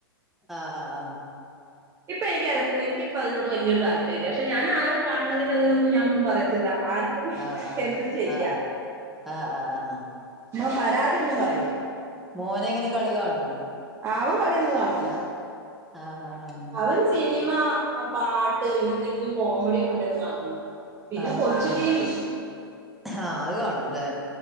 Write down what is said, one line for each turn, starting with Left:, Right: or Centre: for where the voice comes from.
Centre: ആഹ് ആഹ് ആഹ്
Right: ഇപ്പ എനിക്ക് അറിയത്തിന് എനിക്ക്പ്പപ്പോ അതിനോട് വലിയൊ താല്പര്യല്ല. പക്ഷെ ഞാ ആരും കാൺതിന് അതിനൊന്നും ഞാ ഒന്നും പറയത്തില്ല ആർക്കും
Centre: ആഹ് ആഹ്
Right: എന്തും ചെയ്യാ.
Centre: ആഹ് ആഹ് ആഹ് ആഹ്
Right: <unintelligible> പരാതിയൊന്നും പറയൂല.
Centre: മോന എങ്ങനെ കളികാണോ?
Right: അവം കളി ഒന്നും കാണൂല.
Centre: ആഹ് ആഹ്
Right: അവര് സിനിമ പാട്ട് പിന്നെ എന്തെങ്കിലും കോമഡിയ ഒക്കെ ണ്ടങ്കി കാണും. പിന്നെ
Centre: ആഹ്
Right: കൊച്ചു
Centre: ആഹ്
Right: ടി വി
Centre: ആഹ് അത് കാണുംല്ലേ?